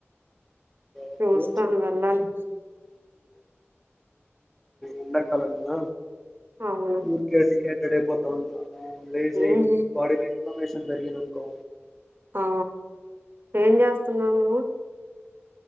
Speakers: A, in the centre; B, on the right.
A: ఎప్పుడో
B: చూస్తాను వెళ్ళాలి
A: ఎండా కాలం కదా
B: అవును
A: ఉరికే డీహై ఎడైపోతావ్ అంతల ఆ
B: ఉమ్
A: బాడీ లో ఇన్ఫ్లమేషన్ పెరిగింది అనుకో
B: ఆ ఏం చేస్తున్నా నువ్వు